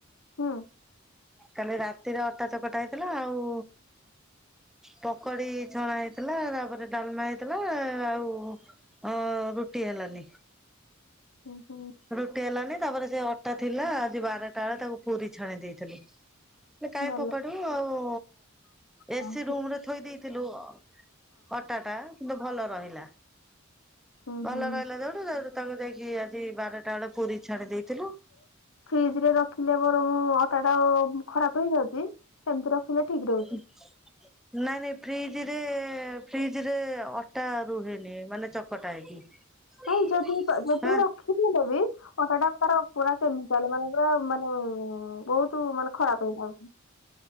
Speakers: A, on the left; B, in the centre.
A: ହୁଁ
B: କାଲି ରାତିରେ ଅଟା ଚକଟା ହେଇଥିଲା ଆଉ ପକଡି ଛଣା ହେଇଥିଲା ତାପରେ ଡାଲମା ହେଇ ଥିଲା ଆଉ ଅଁ ରୁଟି ହେଲାନି।
A: ହୁଁ ହୁଁ
B: ରୁଟି ହେଲାନି ତାପରେ ସେ ଅଟା ଥିଲା ଆଜି ବାରେ ଟା ବେଳେ ତାକୁ ପୁରୀ ଛାଣି ଦେଇଥିଲି। କାଇଁ
A: ଭଲ
B: ଫୋପାଡିବୁ ଆଉ ଏସି
A: ହଁ ଠିକ
B: ରୁମ୍ ରେ ଥୋଇ ଦେଇଥିଲୁ ଆ ଅଟା ଟା କିନ୍ତୁ ଭଲ ରହିଲା
A: ହଁ ହୁଁ
B: ଭଲ
A: ହୁଁ।
B: ରହିଲା ଯୋଉଠୁ ସେଉଠୁ ତାକୁ ଯାଇକି ଆଜି ବାରେ ଟା ବେଳେ ପୁରୀ ଛାଣି ଦେଇଥିଲୁ।
A: ଫ୍ରିଜ୍ ରେ ରଖିଲେ ବରଂ ଅଟା ଟା ଖରାପ ହେଇଯାଉଛି ସେମିତି ରଖିଲେ ଠିକ୍ ରହୁ
B: ହୁଛି। ନାଇଁ ନାଇଁ ଫ୍ରିଜ୍ ରେ ଫ୍ରିଜ୍ ରେ ଅଟା ରୁହେନି ମାନେ ଚ କଟା ହେଇକି
A: ନାଇଁ ଯଦି
B: ହଁ।
A: <unintelligible> ଅଟା ଟା <unintelligible> ତୁ ମାନେ ଖରାପ ହେଇଯାଉଛି।